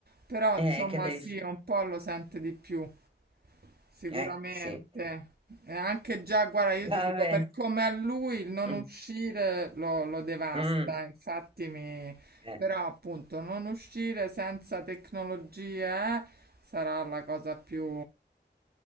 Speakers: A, on the right; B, on the right.
A: però
B: eh,
A: insomma
B: che devi
A: sì,
B: fare?
A: un po' lo sente di più, sicuramente.
B: Eh, sì.
A: E anche già, guarda, io ti
B: Vabbè.
A: dico, per come a lui il non
B: Mm,
A: uscire lo, lo devasta,
B: mm,
A: infatti mi...
B: eh,
A: Però appunto non uscire senza tecnologie eh, sarà la cosa più